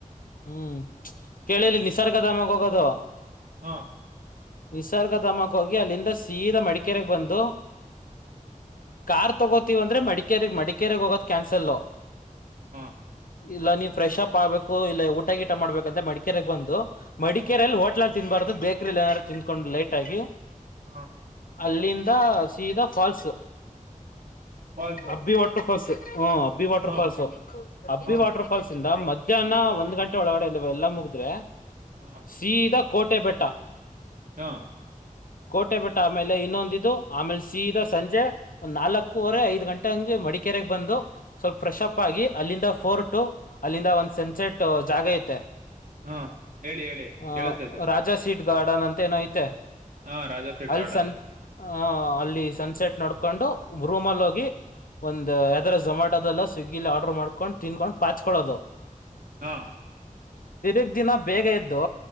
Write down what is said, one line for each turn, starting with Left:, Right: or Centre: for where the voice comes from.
Left: ಹ್ಮ್ ಕೇಳಿಲ್ಲಿ
Right: ಹ್ಮ್
Left: ನಿಸರ್ಗ ಧಾಮ ಗೇ ಹೋಗದು
Right: ಹಾ
Left: ನಿಸರ್ಗಧಾಮಗೆ ಹೋಗಿ ಅಲ್ಲಿಂದ ಸೀದ ಮಡಿಕೇರೆಗೆ ಬಂದು
Right: ಹ್ಮ
Left: ಕಾರ್ ತಗೋತೀವ ಅಂದ್ರೆ ಮಡಿಕೇ ಮಡಿಕೇರಿಗೆಗ್ ಹೋಗೋದ ಕ್ಯಾನ್ಸಲ್.
Right: ಹಾ
Left: ಇಲ್ಲ ನೀವು ಫ್ರೆಶ್ಪ್ ಆಗಬೇಕು ಇಲ್ಲ ಊಟಗೀಟ ಮಾಡ್ಬೇಕಂತ ಮಡಿಕೇರೆಗೆ ಬಂದು ಮಡಿಕೇರಿಲ್ಲಿ ಹೋಟ್ಲಲ್ ಅಲ್ಲಿ ತಿನ್ಬಾರ್ದು ಬೇಕ್ರಿಲ್ಲಿ ಏನಾರು ತಿಂದ್ಕೊಂಡು ಲೈಟ್ ಆಗಿ.
Right: ಹಾ
Left: ಅಲ್ಲಿಂದ ಸೀದಾ falls
Right: falls
Left: Abbi water falls. ಹ್ಮ ಅಬ್ಬಿ ವಾಟರ್
Right: ಹಾ
Left: ಫಾಲ್ಸ್ ಅಬ್ಬಿ
Right: ಹಾ
Left: ವಾಟರ್ ಫಾಲ್ಸ್ ಇಂದ ಮಧ್ಯಾಹ್ನ ಒಂದ ಒಂದ್ ಗಂಟ ಒಳಡೆ ಇಲ್ಲ ಎಲ್ಲ ಮುಗಿದ್ರೆ.
Right: ಹಾ
Left: ಸೀದ ಕೋಟೆ ಬೆಟ್ಟ.
Right: ಹಾ
Left: ಕೋಟೆ ಬೆಟ್ಟ ಆಮೇಲೆ ಇನ್ನೊಂದಿದು ಆಮೇಲೆ ಸೀದ ಸಂಜೆ ಒಂದ್ ನಾಲ್ಕೂುವರೆ ಐದ ಗಂಟೆ ಹಂಗೆ ಮಡಿಕೇರೆಗ್ ಬಂದು. ಸ್ವಲ್ಪ ಫ್ರೆಶ್ ಅಪ್ ಆಗಿ ಅಲ್ಲಿಂದ ಫೋರ್ ಟು ಅಲ್ಲಿಂದ ಒಂದು ಸೆನ್ಸೆ ಟ್ಟ ಜಾಗ ಐಯ್ತೆ
Right: ಹಾ ಹೇಳಿ ಹೇಳಿ
Left: ಹಾ
Right: ಕೇಳಿಸ್ತೈತೆ
Left: ರಾತ್ರಿ ಸೀಟ್ ಗಾರ್ಡನ್ ಅಂತ ಏನ ಐತೆ
Right: ಹಾ ರಾಜಾ ಸೀಟ್
Left: ಅಲ್
Right: ಗಾರ್ಡನ್
Left: ಸನ್ ಅ ಅಲ್ಲಿ ಸನ್ಸೆಟ್ ನೋಡ್ಕೊಂಡು ರೂಮಲ್ಲಿ ಹೋಗಿ. ಒಂದ ಯಾವದಾರ ಜೊಮ್ಯಾಟೋದಲ್ಲ ಸ್ವಿಗ್ಗಿಲಿ ಆರ್ಡರ್ ಮಾಡ್ಕೊಂಡು ತಿನ್ಕೊಂಡು ಪಾಚ್ಕೊಳ್ಳಳೋದು.
Right: ಹಾ
Left: ತಿರ್ಗ್ ದಿನ ಬೇಗ ಎದ್ದು